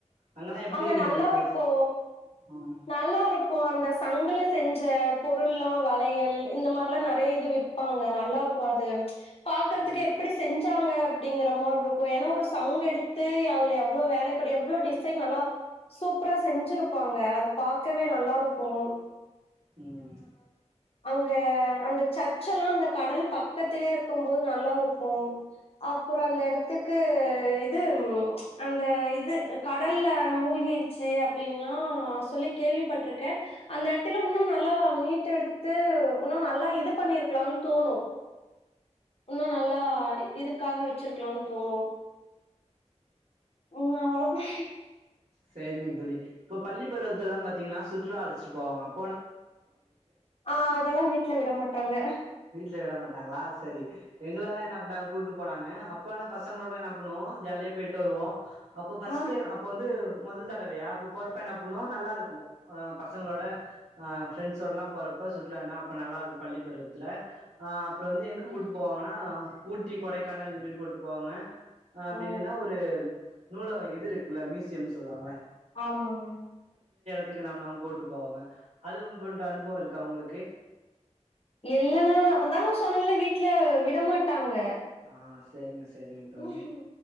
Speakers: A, on the right; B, on the left.
A: அங்கெல்லா எப்டி
B: அங்க
A: இருந்தது
B: நல்லா
A: பிளேஸ்
B: இருக்கு
A: ம்
B: நல்லா இருக்கு அந்தஸ் சங்குல செஞ்ச பொருல்லா வளையல் இந்த மாரில்லா நெறைய இது விப்பாங்க நல்லா இருக்கு அது பாக்கறதுக்கு
A: ம்
B: எப்டி செஞ் சவுங்க அப்டிங்கிற மார்ருக்கும் ஏனா ஒரு சங்க எடுத்து அதுல எவ்ளோ வேல படு எவ்ளோ டிஸ் சைன் நல்லா சூப்பரா செஞ்சிருப்பாங்க அது பாக்கவே நல்லாருக்கும்
A: ம்
B: அங்க அந்த சர்ச்செல்லா அந்த கடல் பக்கத்திலே இருக்கும் போது நல்லாருக்கும் அப்றோ அந்த எடத்துக்கு இது அந்த இது கடல்ல மூழ்கி இருக் சி அப்டின்லா சு சொல்லி கேள்விப்பட்ருக்க அந்த எடத்துல உன்னும் நாத் நல்லா மீட்டெடுத்து உன்னும் நல்லா இது பண்ணிருக்லானு தோணும் உன்னும் நல்லா இதுக்காக வச்சிருக்லானு தோணும் ம் அவ்ளோதா
A: செரிங்க தோலி இப்போ பள்ளிப் பருவத்துலா பாத்தீங்கனா சுற்றுலா அழச் சீ போங்காப்
B: ஆ அதெல்லா வீட்ல விட மட் டங்க
A: வீட்ல விட மட் டாங்ளா செரி எங்கலலா என்ன பன்னாங் கூட்டு போனாங்க அப் இப்பனா பசங்ளோட என்ன பண்ணுவோ ஜாலியா போய்ட்டு வருவோ அப்போ ஃபர்ஸ்ட்
B: ஆ.
A: டையோ அப்ப வந்து முதல் தடவையா அப்போ போறப்ப என்ன புன்னும் நல்லாருக்கும் ஆ பசங்களோட ஆ ஃபிரண்ட்ஸோடலா போறப்ப சுற்றுலானா அப்ப நல்லாருக்கும் பள்ளி பருவத் துல ஆ இப்ப வந்து எங்க
B: சரி.
A: கூட்டு போவாங்கனா ஊட்டி கொடைக்கானல் இதுமாரி கூட்டு போவாங்க அ அப்டி
B: ஓ!
A: இல்லனா ஒரு நூலக இதுருக்குல மியூசியம்னு சொல்லுவாங்கள
B: ஆமாங்
A: இதுக்கு நம் நம் கூட்டு போவாங்க அது போன்ற அனுபவம் இருக்கா உங்ளுக்கு
B: இல்லனா அதா நா சொன்னல வீட்ல விடமாட்டாங்க
A: ஆ செரிங்க செரிங்க தோழி
B: ம்.